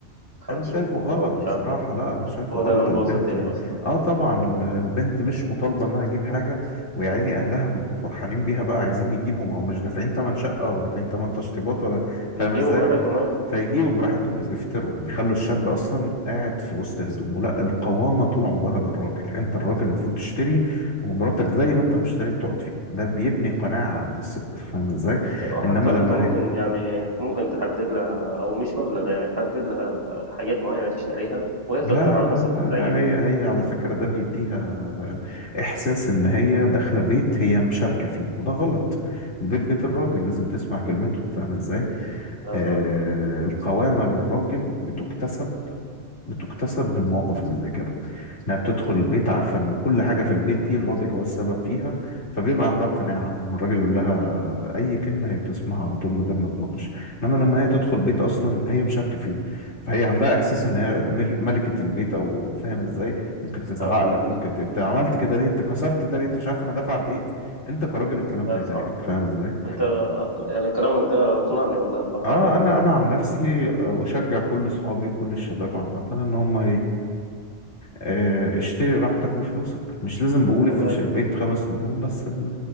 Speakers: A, on the right; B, on the left.
A: خمسين
B: انا شايفه
A: فوطة
B: غلط
A: ومش
B: بصراحة
A: عارف ايه
B: لا انا شايفه
A: هو
B: غلط
A: ده اللي مبوظ
B: البنت
A: الدنيا اصلا
B: اه طبعا ال- البنت مش مطالبة انها تجيب حاجة ويا عيني اهلها بيبقوا فرحانين بيها بقى عايزين يجيبوا ما هو مش دافعين تمن شقة ولا دافعين تمن تشطيبات ولا
A: بيجيبوا
B: فاهم ازاي
A: براحتهم ايوه
B: فيجيبوا براحتهم بيفتروا بيخلوا الشاب اصلا قاعد في وسط هدومه لا القوامة طول عمرها للراجل انت الراجل المفروض تشتري ومراتك زي ما انت ما اشتريت تقعد فيه ده بيبني قناعة عند الست فاهم ازاي
A: وحتى
B: انما
A: انت
B: لما
A: ممكن يعني ممكن تحدد لها او مش مبلغ يعني تحدد لها حاجات معينة تشتريها وهي تختار
B: لا
A: على
B: لا
A: حسب
B: لا لا
A: مزاجها
B: هي
A: يعني
B: هي على فكرة ده بيديها إحساس إن هي داخلة بيت هي مشاركة فيه وده غلط البيت بيت الراجل لازم تسمع كلمته فاهم إزاي؟
A: ده
B: آه
A: فاهمك
B: القوامة للراجل بتكتسب بتكتسب بالمواقف اللي زي كده انها بتدخل البيت عارفه ان كل حاجه في البيت دي الراجل هو السبب فيها فبيبقى عندها قناعه لما الراجل يقول لها اي كلمه هي بتسمعها على طول من غير ما تناقش انما لما هي تدخل بيت اصلا هي مشاركه فيه فهي عندها احساس ان هي مل- ملكه البيت او فاهم ازاي ممكن تزعق
A: اه فاهمك
B: لك ممكن ت- انت عملت كده ليه انت كسرت ده ليه انت مش عارف انا دافع قد ايه انت كراجل الكلام
A: ده
B: ده
A: صح
B: يضايقك فاهم ازاي
A: انت أق- يعني كلامك ده اقنعني والله في
B: اه
A: حوار اللي
B: انا
A: هو
B: انا عن نفسي اشجع كل اصحابي وكل الشباب عامه ان هم آه، اشتري راحتك بفلوسك مش لازم بقول
A: والله
B: افرش
A: يا ريت
B: البيت خمس نجوم بس ال...